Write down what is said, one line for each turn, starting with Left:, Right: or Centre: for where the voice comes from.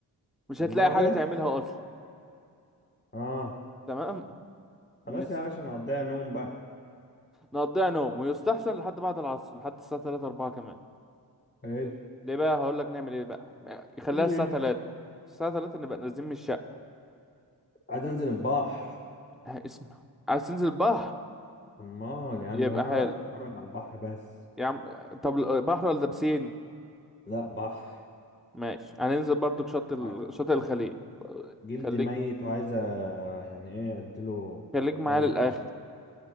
Centre: مش
Left: والله
Centre: هتلاقي حاجة تعملها أصلا
Left: اه
Centre: تمام من
Left: خلاص يا باشا نقضيها نوم بقى
Centre: نقضيها نوم ويستحسن لحد بعد العصر لحد الساعة 3 4 كمان
Left: حلو
Centre: ليه بقى هقول لك نعمل ايه بقى يخليها
Left: ايه
Centre: الساعة 3 الساعة 3 نبقى نازلين من الشقة
Left: عايز انزل البحر
Centre: <laughs> ها، اسمع عايز تنزل بحر
Left: امال يا عم
Centre: يبقى
Left: وانا
Centre: حلو
Left: رايح اتفرج على البحر بس
Centre: يا عم طب ال- بحر ولا بسين
Left: لا بحر
Centre: ماشي هننزل برضك شط ال...
Left: ع-
Centre: شاطئ الخليج
Left: جلدي
Centre: خليك
Left: ميت وعايز أ- يعني ايه اديله
Centre: خليك معايا
Left: دورة
Centre: للآخر
Left: مشروع